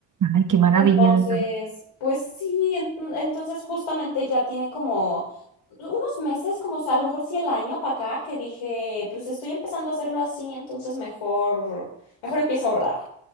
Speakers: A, on the right; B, on the left.
A: Ay, qué maravilla.
B: Entonces, pues sí, en- entonces justamente ya tiene como unos meses, como o sea, a lo mejor sí el año para acá, que dije, pues estoy empezando a hacerlo así, entonces mejor, mejor empiezo a ahorrar.